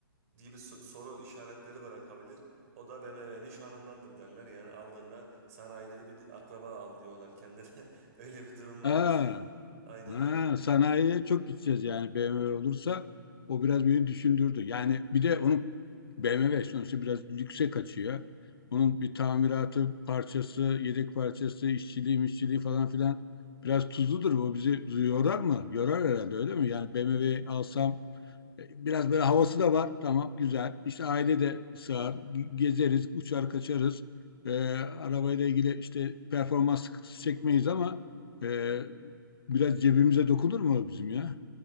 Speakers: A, on the right (about 40°); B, on the left (about 80°).
A: gibi so- soru işaretleri bırakabilir. O da BMW'nin şanındandır derler. Yani aldığında sanayide de bir akraba al diyorlar kendine. <laughs> Öyle bir durum varmış.
B: Ha,
A: Aynen
B: ha,
A: öyle.
B: sanayiye çok gideceğiz yani BMW olursa o biraz beni düşündürdü. Yani bir de onun BMW sonuçta biraz lükse kaçıyor. Onun bir tamiratı parçası, yedek parçası, işçiliği, işçiliği falan filan biraz tuzludur. Bu bizi yorar mı? Yorar herhalde öyle mi? Yani BMW alsam Biraz böyle havası da var. Tamam güzel. İşte aile de sığar. Ge- Gezeriz, uçar kaçarız. Ee, arabayla ilgili işte performans sıkıntısı çekmeyiz ama e, biraz cebimize dokunur mu bizim ya?